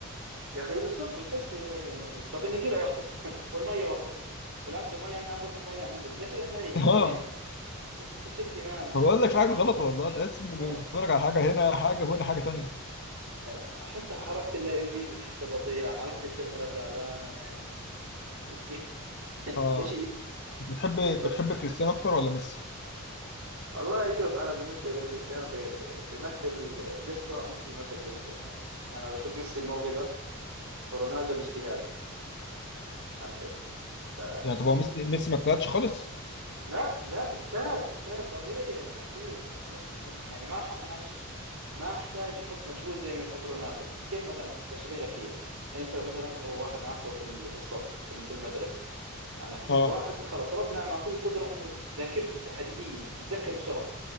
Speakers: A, on the right (about 85°); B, on the left (about 50°).
A: يا اخي بالظبط وتحسي يعني طب النجيله واحده <laughs> والميه واحده بالعكس الميه عندنا انظف من الميه عندهم ليش احنا هيك
B: اه
A: <laughs> يعني فيش فيش اهتمام فيش
B: ما بقول لك في حاجه غلط والله تحس انك
A: آه.
B: بتتفرج على حاجه هنا حاجه وهنا حاجه تانية
A: يعني حتى حركه اللاعبين بتحسها بطيئه حركه الكاميرا تعبانه يعني <laughs>
B: اه
A: ايش
B: بتحب
A: ايش طبيعي
B: بتحب كريستيانو اكتر ولا ميسي
A: والله شوف انا بالنسبه لكريستيانو بي- بيمثل قصه وميسي بيمثل قصه يعني انا بشوف ميسي الموهبه ورونالدو الاجتهاد عرفت ف
B: يعني طب هو ميسي ميسي ما اجتهدش خالص
A: لا لا اجتهد اجتهد طبيعي يعني اكيد بس مش مش يعني ما ح- مش ما احتاج يحط مجهود زي ما يحط رونالدو كيف مثلا بشبه لك اياه انت مثلا وواحد معك في ال- في الصف في ال- في المدرسه انا احكي
B: اه
A: واحد خلص ربنا معطيه قدره انه ذاكرته س- حديديه يعني بيتذكر بسرعه